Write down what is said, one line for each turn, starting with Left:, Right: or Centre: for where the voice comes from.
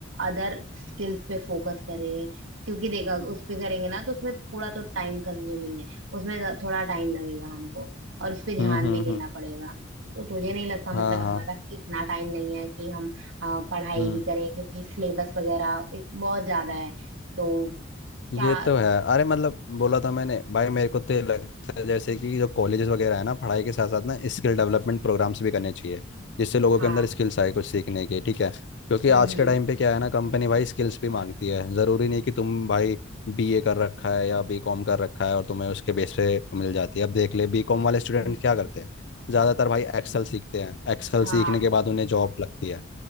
Right: अदर स्किल्स पे फोकस करें क्योंकि देखा उस पे करेंगे ना तो उसमें थोड़ा तो टाइम कंज्यूमिंग है उसमें ज- थोड़ा टाइम लगेगा हमको और उस पे ध्यान
Left: हम्म हम्म
Right: भी देना
Left: हम्म,
Right: पड़ेगा तो तुझे नहीं लगता मतलब
Left: हाँ
Right: हमारे
Left: हाँ
Right: पास इतना टाइम नहीं है कि हम अ, पढ़ाई
Left: हम्म
Right: भी करें क्योंकि सिलेबस वगैरह इत- बहुत ज्यादा है तो क्या
Left: ये तो है अरे मतलब बोला था मैंने भाई मेरे को तो ये लगता है जैसे कि जो कॉलेजेस वगैरह है ना पढ़ाई के साथ साथ ना स्किल डेवलपमेंट प्रोग्राम्स भी करने चाहिए जिससे लोगों
Right: हाँ
Left: के अंदर स्किल्स आए कुछ सीखने के ठीक है क्योंकि
Right: हम्म
Left: आज
Right: हम्म
Left: के टाइम पे क्या है ना कंपनी भाई स्किल्स भी मांगती है ज़रूरी नहीं कि तुम भाई बीए कर रखा है या बीकॉम कर रखा है और तुम्हें उसके बेस पे मिल जाती है अब देख ले बीकॉम वाले स्टूडेंट
Right: हम्म,
Left: क्या करते हैं ज़्यादातर भाई एक्सेल सीखते हैं एक्सेल
Right: हाँ
Left: सीखने के बाद उन्हें जॉब लगती है